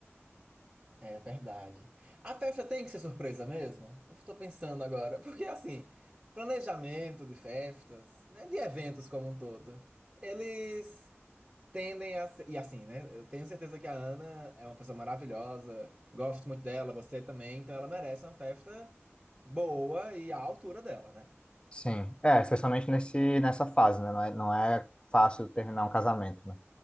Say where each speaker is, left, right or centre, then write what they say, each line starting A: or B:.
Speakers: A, on the right; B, on the left.
A: É verdade. A festa tem que ser surpresa mesmo? Eu estou pensando agora, <laughs> porque assim, planejamento de festas, né, de eventos como um todo, eles tendem a ser, e assim, né? Eu tenho certeza que a Ana é uma pessoa maravilhosa, gosto muito dela, você também, então ela merece uma festa boa e à altura dela, né?
B: Sim. É, especialmente nesse, nessa fase, né? Não é, não é fácil terminar um casamento, né?